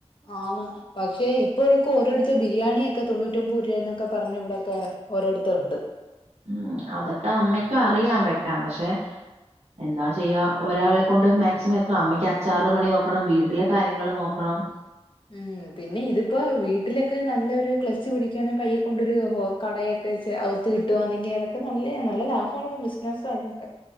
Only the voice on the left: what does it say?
ആന്ന് പക്ഷേ ഇപ്പോഴൊക്കെ ഓരോടത്തും ബിരിയാണിയൊക്കെ തൊണ്ണൂറ്റി ഒമ്പത് രൂപയ എന്നൊക്കെ പറഞ്ഞ ഇവിടൊക്കെ ഓരോടത്തും ഉണ്ട്
ഉം പിന്നെ ഇതിപ്പോ വീട്ടിലൊക്കെ നല്ലൊരു ക്ലച്ച് പിടിക്കുകവാന്നെ പയ്യെ കൊണ്ടരു ഹോ കടയൊക്കെച്ച് ഒത്ത് കിട്ടുവാന്നെങ്കി അതൊക്കെ നല്ല നല്ല ലാഭമുള്ള ബിസിനസ്സ് അതൊക്കെ